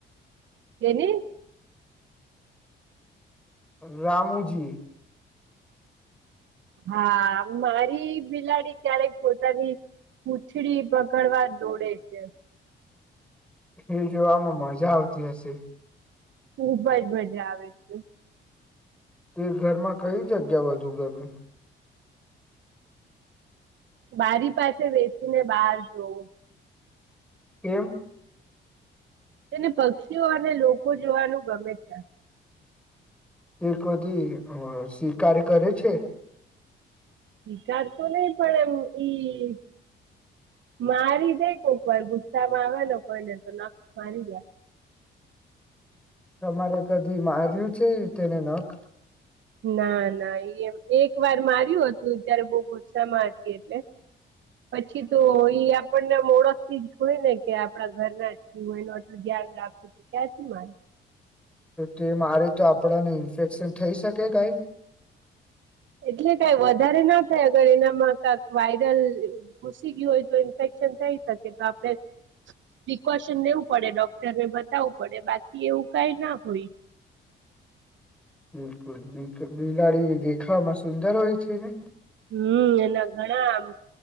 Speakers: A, on the right; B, in the centre.
A: તેની
B: રામુજી
A: હા, મારી બિલાડી ક્યારેક પોતાની પૂછડી બગડવા દોડે છે.
B: ફીર, જોવામાં મજા આવતી હશે.
A: ખૂબ જ મજા આવે છે.
B: તે ઘરમાં કઈ જગ્યા વધુ ગમે છે
A: બારી પાસે બેસીને બહાર જોવું.
B: કેમ?
A: તેને પક્ષીઓ અને લોકો જોવાનું ગમે છે.
B: એ કદી શિકાર કરે છે?
A: શિકાર તો નહી, પણ એમ ઈ મારી દયે કોક વાર ગુસ્સામાં આવે કોઈને તો નખ મારી જાય.
B: તમારે કદી માર્યું છે, તેને નખ
A: ના-ના એમ એક વાર માર્યું હતું. ત્યારે બો ગુસ્સામાં હતી એટલે પછી તો ઈ આપણને ઓળખ થી જ હોય, ને કે આપણા ઘરના જ હોયનું આટલું ધ્યાન રાખું છું. ક્યાંથી મારે.
B: તો તે મારે તો આપણાને ઇન્ફેક્શન થઈ શકે. કઈ
A: એટલે કઈ વધારે ના થાય અગર એનામાં કંઈક વાયરલ ઘુસી ગયું હોય, તો ઇન્ફેક શ થઈ શકે, તો આપણને પ્રિકોશન લેવું પડે ડોક્ટરને બતાવવું પડે, બાકી એવું કઈ ના હોય.
B: બિલકુલ બિલાડી દેખાવામાં સુંદર હોય છે, ને?
A: હમ્મ, એના ઘણા આમ